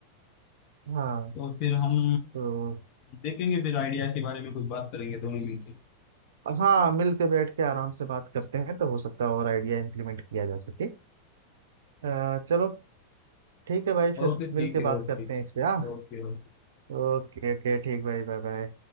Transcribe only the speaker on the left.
तो फिर हम
देखेंगे फिर आइडिया के बारे में कुछ बात करेंगे दोनों मिलकर
ओके ठीक
है
ओके
Okay okay.